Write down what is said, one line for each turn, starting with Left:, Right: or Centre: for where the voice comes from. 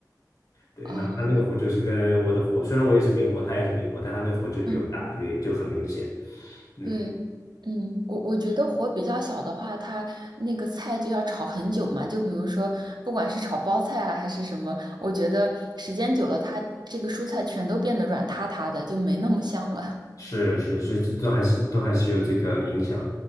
Left: 对，
Right: 啊，
Left: 然后他那个火就是跟我的火，虽然我也是明火，他也是明火，但他那个火就比我大，
Right: 嗯。
Left: 所以就很明显。嗯。
Right: 对，嗯，我我觉得火比较小的话，它那个菜就要炒很久嘛。就比如说，不管是炒包菜啊，还是什么，我觉得时间久了，它这个蔬菜全都变得软塌塌的，就没那么香了。
Left: 是是，所以这都还是都还是有这个影响。